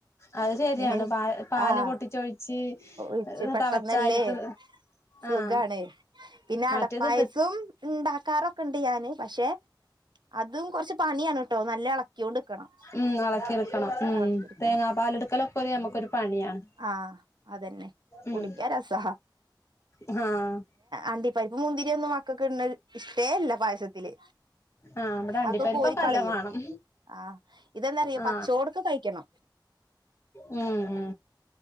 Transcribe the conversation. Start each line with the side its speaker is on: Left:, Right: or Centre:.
Left: അത് ശരിയാണ്
Right: മ്മ്
Left: പാ പാല്
Right: ആഹ്
Left: പൊട്ടിച്ചൊഴിച്ച്
Right: ഒച്ച പെട്ടന്നല്ലേ
Left: തളച്ചായല്ക്ക്
Right: സുഖാണേ
Left: ആഹ്
Right: പി
Left: മറ്റേത്
Right: പായസും ഇണ്ടാക്കാറൊക്കെ ഉണ്ട് ഞാന് പക്ഷേ അതും കൊറച്ച് പണിയാണ് ട്ടോ നല്ല എൾക്കിയൊണ്ട്ക്കണം.
Left: ഉം എളക്കിയെടുക്കണം ഉം
Right: ഇളക്കി ഇട്
Left: തേങ്ങാപ്പാലെടുക്കലൊക്കെ
Right: ക്കണം
Left: ഒരു നമുക്കൊരു പണിയാണ്
Right: ആഹ് അതെന്നെ കുടിക്കാൻ
Left: ഉം
Right: രസാ
Left: ആഹ്
Right: അണ്ടിപ്പരുപ്പും മുന്തിരിയൊന്നും മക്കൊക്ക് ഇടണ ഇഷ്ടേ അല്ല പായസത്തില്
Left: ആ അമ്മടെ അണ്ടിപ്പരിപ്പൊ
Right: അതൊക്കെ കോരിക്കളയും
Left: കല്ല വേണം
Right: ആഹ് ഇതെന്താറിയോ
Left: ആ
Right: പച്ചോടക്ക് കഴിക്കണം
Left: ഉ ഉ